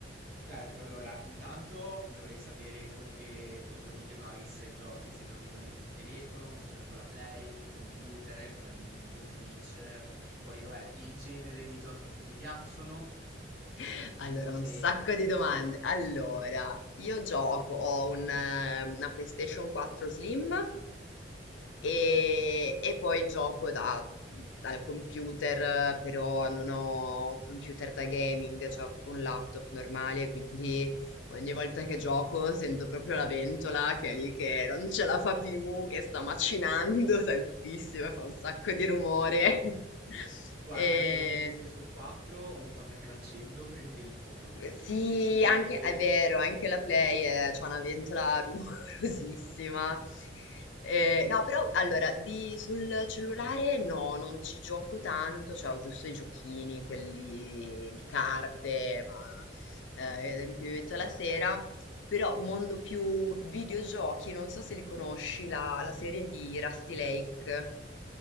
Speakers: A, on the right (about 55°); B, on the left (about 80°).
A: Certo, allora, intanto dovrei sapere con che tipo di device giochi, se giochi con il telefono, se giochi con la Play, col computer, con la Nintendo Switch, poi vabbè, il genere dei giochi che ti piacciono,
B: <laughs> Allora,
A: quindi
B: un
A: se
B: sacco di domande. Allora, io gioco, ho un, eh, una PlayStation 4 Slim E, e poi gioco da- dal computer, però non ho un computer da gaming, cioè ho proprio un laptop normale, quindi ogni volta che gioco sento proprio la ventola che è lì che non ce la fa più, che sta macinando <laughs> tantissimo, e fa un sacco di rumore. <laughs>
A: guarda
B: E,
A: anche la mia PlayStation 4, ogni volta che l'accendo prende il volo,
B: sì,
A: quindi
B: anche, è vero, anche la Play è- c'ha una ventola <laughs> rumorosissima. Eh, no, però allora, di- sul cellulare no, non ci gioco tanto, cioè ho giusto i giochini, quelli di carte, ma eh, in cui mi metto la sera. Però mondo più videogiochi, non so se li conosci, la, la serie di Rusty Lake.